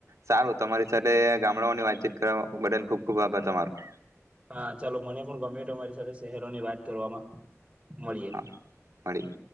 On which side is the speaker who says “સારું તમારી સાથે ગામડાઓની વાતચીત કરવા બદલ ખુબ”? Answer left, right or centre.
Right